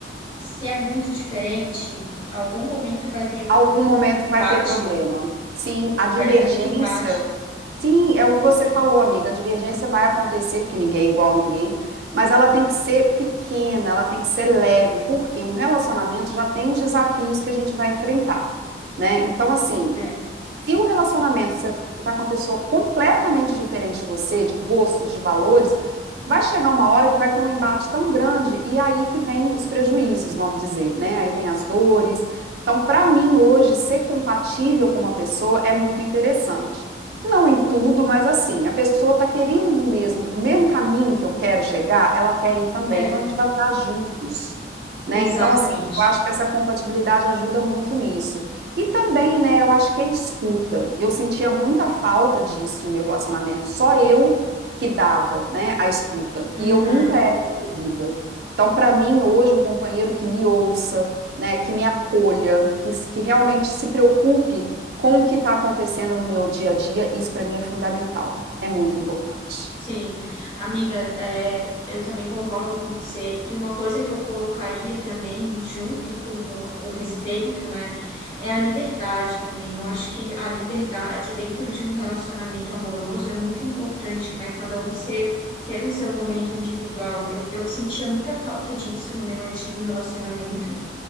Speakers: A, on the left; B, on the right.
A: se é muito diferente, algum momento vai ter
B: Algum momento vai
A: embate,
B: ter problema. Sim, a divergência.
A: vai ter muito embate.
B: Sim, é o que você falou, amiga. A divergência vai acontecer, porque ninguém é igual a ninguém, mas ela tem que ser pequena, ela tem que ser leve, porque um relacionamento já tem os desafios que a gente vai enfrentar, né? Então, assim,
A: É,
B: Se o relacionamento você está com uma pessoa completamente diferente de você, de gostos, de valores, vai chegar uma hora que vai ter um embate tão grande e aí que vem os prejuízos, vamos dizer, né? Aí vem as dores. Então, para mim, hoje, ser compatível com uma pessoa é muito interessante. Não em tudo, mas assim, a pessoa está querendo mesmo, o mesmo caminho que eu quero chegar, ela quer ir também.
A: é,
B: Então, a gente vai andar juntos, né?
A: exatamente.
B: Então, assim, eu acho que essa compatibilidade ajuda muito nisso. E também, né, eu acho que é escuta. Eu sentia muita falta disso no meu relacionamento, só eu que dava, né, a escuta.
A: Uhum.
B: E eu nunca era envolvida. Então, para mim, hoje, um companheiro que me ouça, né, que me acolha, que, que realmente se preocupe com o que está acontecendo no meu dia a dia, isso para mim é fundamental. É muito importante.
A: Sim, amiga, é, eu também concordo com você. E uma coisa que eu colocaria também, junto com o, o respeito, né, é a liberdade também. Eu acho que a liberdade dentro de um relacionamento amoroso é muito importante, né? Cada um ser, ter o seu momento individual. Eu, eu sentia muita falta disso no meu antigo relacionamento,